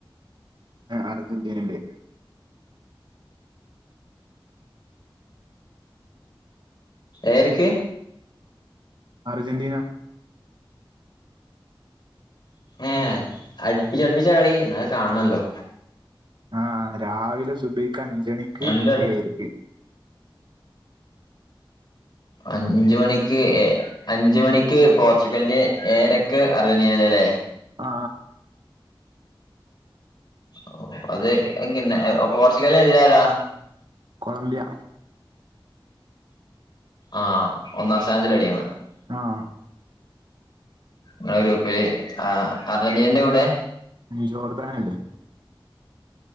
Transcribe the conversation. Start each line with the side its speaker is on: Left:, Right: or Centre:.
Right: അർജന്റീനേടെ
Left: ഏഴരക്ക്
Right: അർജന്റീന
Left: ഏഹ് അടുപ്പിച്ച് അടുപ്പിച്ചാ കളി എന്നാ അത് കാണണല്ലോ
Right: ആഹ് രാവിലെ സുബയ്ക്ക് അഞ്ചണിക്ക്
Left: രണ്ട്
Right: ഏർക്ക്
Left: അഞ്ച് മണിക്ക് ഏ അഞ്ച് മണിക്ക് പോർച്ചുഗലിന്റെ ഏരക്ക് അർജെന്റീനേടെ അല്ലേ
Right: ആ
Left: ഓ അത് പിന്നെ പോർച്ചുഗല് എതിരാരാ
Right: കൊളംബിയ
Left: ആഹ് ഒന്നാം സ്ഥാനത്തില് അടിയുന്നത്
Right: ആഹ്
Left: നിങ്ങടെ ഗ്രൂപ്പില് ആ അർജന്റീനേന്റെ കൂടെ
Right: ജോർദാനല്ലേ